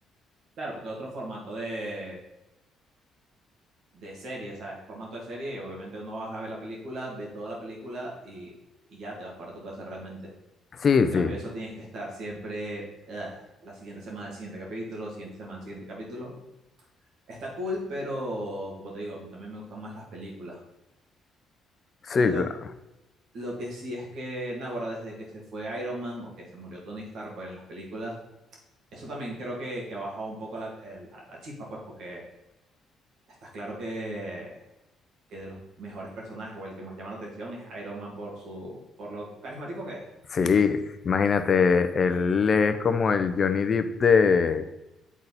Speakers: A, on the right; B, on the left.
A: Claro, porque otro formato de, de serie, ¿sabes? Formato de serie, obviamente uno vas a ver la película, ve toda la película y, y ya te vas para tu casa realmente.
B: Sí,
A: En
B: sí,
A: cambio, eso tienes que estar siempre ugh, la siguiente semana, el siguiente capítulo, siguiente semana, el siguiente capítulo. Está cool, pero como te digo, a mí también me gustan más las películas.
B: sí,
A: Lo,
B: claro.
A: lo que sí es que, Naguará, desde que se fue Iron Man o que se murió Tony Stark pues, en las películas, eso también creo que, que ha bajado un poco la, eh, la, la chispa, pues, porque estás claro que que de los mejores personajes o el que más llama la atención es Iron Man por su, por lo carismático que es.
B: Sí, imagínate, él es como el Johnny Depp de,